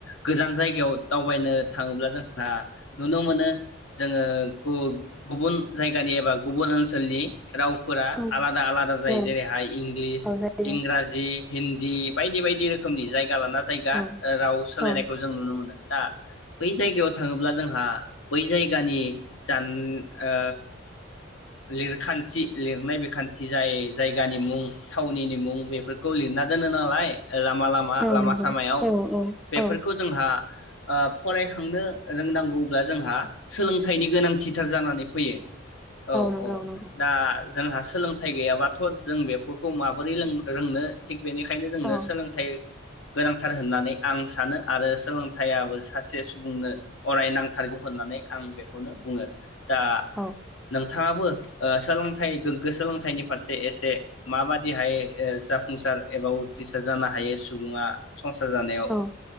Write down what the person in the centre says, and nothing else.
औ
औ
औ जायो
औ
औ
औ
नंगौ
औ
औ
नंगौ
नंगौ
औ
औ
औ